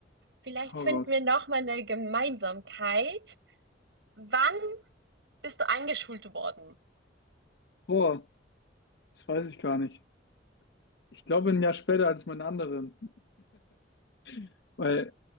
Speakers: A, on the right (about 75°); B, on the left (about 65°).
A: Vielleicht
B: Hau
A: finden
B: raus.
A: wir noch mal eine Gemeinsamkeit. Wann bist du eingeschult worden?
B: Boah, das weiß ich gar nicht. Ich glaube ein Jahr später als meine anderen. <laughs> Weil